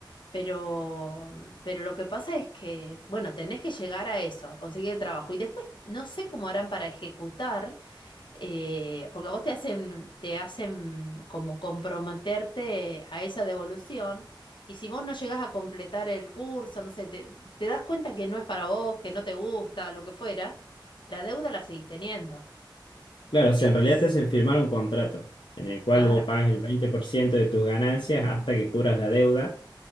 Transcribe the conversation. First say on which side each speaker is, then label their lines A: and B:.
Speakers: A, on the left; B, on the left.
A: Pero, mm, pero lo que pasa es que, bueno, tenés que llegar a eso, a conseguir el trabajo. Y después no sé cómo harán para ejecutar, eh, porque a vos te hacen, te hacen como comprometerte a esa devolución. Y si vos no llegás a completar el curso, no sé, te, te das cuenta que no es para vos, que no te gusta, lo que fuera, la deuda la seguís teniendo.
B: Claro, o sea,
A: Es
B: en realidad te hacen firmar un contrato en el cual
A: claro.
B: vos pagas el 20% de tus ganancias hasta que cubras la deuda.